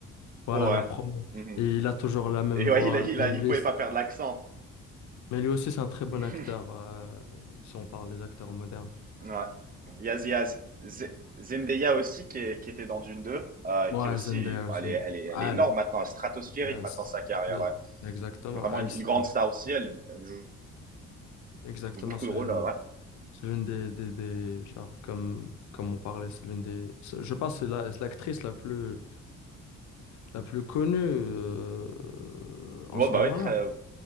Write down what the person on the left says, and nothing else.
Voilà
la promo.
Et il a toujours la même
voix
d'Elvis.
Mais lui aussi, c'est un très bon
acteur, euh, si on parle des acteurs modernes.
Moi,
Zendaya aussi.
Elle,
yes.
Le-
Exactement.
Elle,
c'est
exactement,
c'est
l'une,
c'est l'une des, des, des- genre, comme, comme on parlait, c'est l'une des, c'est- je pense, que c'est la, c'est l'actrice la plus, la plus connue, euh, en
ce
moment-là.